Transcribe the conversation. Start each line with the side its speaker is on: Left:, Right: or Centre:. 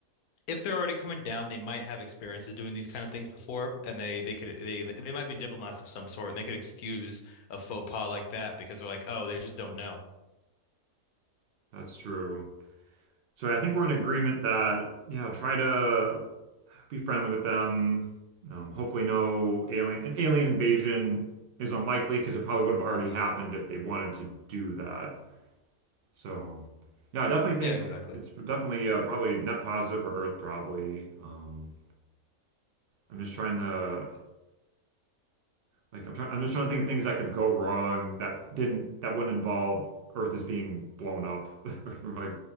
Left: if they're already coming down, they might have experiences doing these kind of things before, and they they could they they might be diplomats of some sort, and they could excuse a faux pas like that because they're like, oh, they just don't know.
Right: that's true. So I think we're in agreement that, yeah, try to be friendly with them. Um, hopefully, no alien, an alien invasion is unlikely because it probably would have already happened if they wanted to do that. So, yeah, I definitely think
Left: Yeah, exactly.
Right: it's definitely uh, probably net positive for Earth, probably. Um, I'm just trying to Like I'm trying, I'm just trying to think of things that could go wrong that didn't that wouldn't involve Earth is being blown up. <laughs> Like,